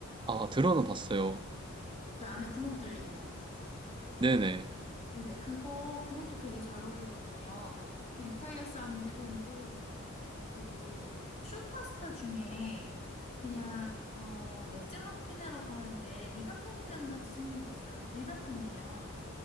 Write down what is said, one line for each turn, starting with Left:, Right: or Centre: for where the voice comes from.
Right: 아, 들어는 봤어요.
Left: 그 안에 구멍 뚫린 거.
Right: 네네.
Left: 네네, 그거, 그것도 되게 잘 어울리거든요. 그 이탈리아 사람들은 또 그 슈퍼스타 중에 그냥 어 맷즈 마키네라고 하는데 리가토니면 같이 생긴 거 있어요. 리- 리가토니면